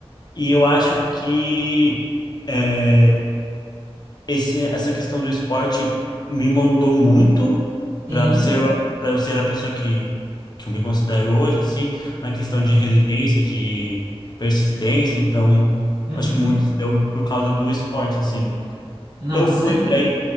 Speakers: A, on the left; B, on the right.
A: E eu acho que. é, esse, essa questão do esporte me moldou muito
B: Sim,
A: para ser para eu ser a pessoa que que eu me considero hoje assim na questão
B: claro.
A: de resiliência de persistência então
B: Uhum.
A: acho que muito se deu por causa do esporte assim
B: Não,
A: eu
B: com
A: fui
B: certeza.
A: aí